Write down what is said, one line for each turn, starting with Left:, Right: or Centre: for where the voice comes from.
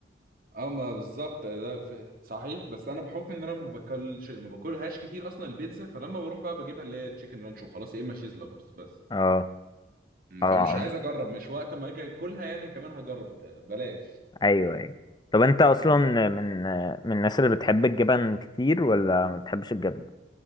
Right: اه ما بالظبط ده في- صحيح بس انا بحكم ان انا ما باكلش ما باكلهاش كتير اصلا البيتزا فلما بروح بقى بجيبها اللي هي تشيكن رانش وخلاص يا اما تشيز لوفرز بس
Left: اه
Right: م،
Left: اه
Right: فمش عايز اجرب مش وقت ما اجي اكلها يعني كمان هجرب ت- بلاش
Left: ايوه ايوه طب انت اصلا
Right: م.
Left: من من الناس اللي بتحب الجبن كتير ولا ما بتحبش الجبن